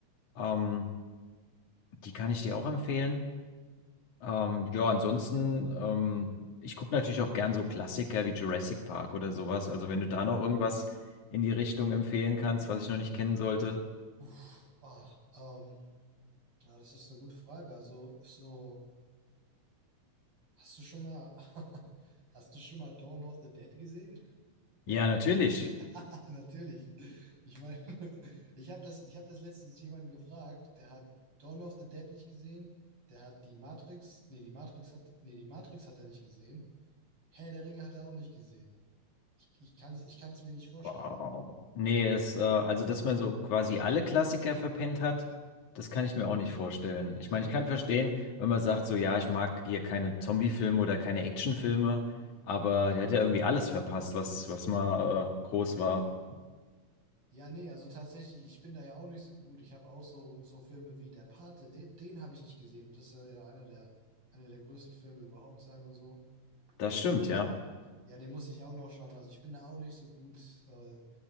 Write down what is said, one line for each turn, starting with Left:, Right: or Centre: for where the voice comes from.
Left: Ähm, die kann ich dir auch empfehlen. Ähm, ja, ansonsten, ähm, ich gucke natürlich auch gern so Klassiker wie Jurassic Park oder sowas. Also wenn du da noch irgendwas in die Richtung empfehlen kannst, was ich noch nicht kennen sollte.
Right: uff, ah, ähm, ja, das ist eine gute Frage. Also, so, hast du schon mal, <laughs> hast du schon mal Dawn of the Dead gesehen?
Left: Ja, natürlich.
Right: <laughs> Natürlich. Ich meine, <laughs> ich habe das, ich hab das letztens jemanden gefragt, der hat Dawn of the Dead nicht gesehen, der hat die Matrix, nee, die Matrix hat, nee, die Matrix hat er nicht gesehen. Herr der Ringe hat er auch nicht gesehen. Ich, ich kann es ich kann's mir nicht vorstellen.
Left: Wow. Nee, es, äh, also dass man so quasi alle Klassiker verpennt hat, das kann ich mir auch nicht vorstellen. Ich
Right: Ja,
Left: meine,
Right: nee,
Left: ich kann verstehen, wenn man sagt, so ja, ich mag hier keine Zombie-Filme oder keine Actionfilme,
Right: hm,
Left: aber
Right: ja.
Left: der hat ja irgendwie alles verpasst, was, was mal äh, groß war.
Right: Ja, nee, also tatsächlich, ich bin da ja auch nicht so gut. Ich habe auch so, so Filme wie Der Pate, den, den habe ich nicht gesehen. Und das soll ja einer der, einer der größten Filme überhaupt sein und so.
Left: Das stimmt,
Right: So.
Left: ja.
Right: Ja, den muss ich auch noch schauen. Also ich bin da auch nicht so gut. Äh,